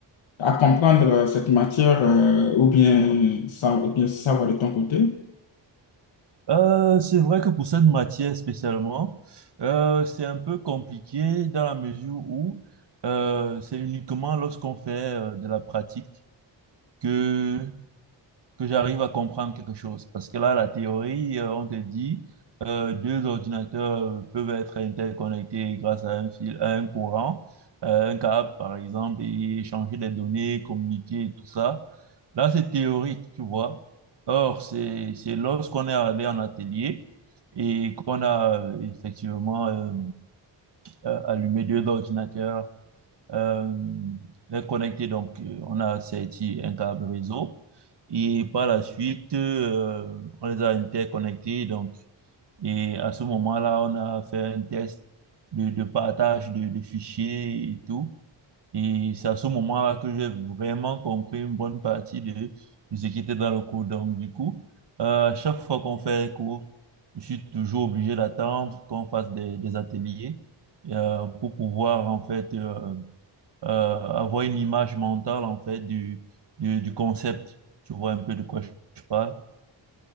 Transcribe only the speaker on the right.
Euh, c'est vrai que pour cette matière spécialement, euh, c'est un peu compliqué dans la mesure où euh, c'est uniquement lorsqu'on fait euh, de la pratique que que j'arrive à comprendre quelque chose. Parce que là, la théorie, euh, on te dit, euh, deux ordinateurs euh, peuvent être interconnectés grâce à un fil, à un courant, euh, un câble, par exemple, et échanger des données, communiquer, et tout ça. Là, c'est théorique, tu vois. Or, c'est, c'est lorsqu'on est allé en atelier et qu'on a euh, effectivement euh, euh, allumé deux ordinateurs euh, les connecter. Donc, euh, on a sorti un câble réseau et par la suite, euh, on les a interconnectés. Donc, et à ce moment-là, on a fait un test de, de partage de, de fichiers et tout. Et c'est à ce moment-là que j'ai vraiment compris une bonne partie de, de ce qui était dans le cours. Donc, du coup, euh, à chaque fois qu'on fait un cours, je suis toujours obligé d'attendre qu'on fasse des, des ateliers euh, pour pouvoir, en fait, euh, euh, avoir une image mentale en fait du, du, du concept. Tu vois un peu de quoi je, je parle.